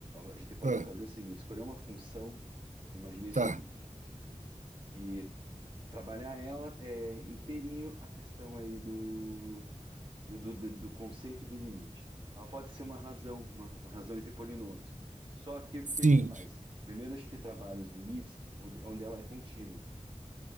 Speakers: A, on the right; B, on the right.
A: a gente pode
B: Ah,
A: fazer o seguinte, escolher uma função, eu imaginei o
B: tá.
A: seguinte, que trabalhar ela é inteirinho a questão aí do do, do, do conceito de limite. Ela pode ser uma razão, uma, uma razão entre polinômios. Só que o que,
B: Sim,
A: que a gente faz? Primeiro a gente trabalha os limites onde, onde ela é contínua,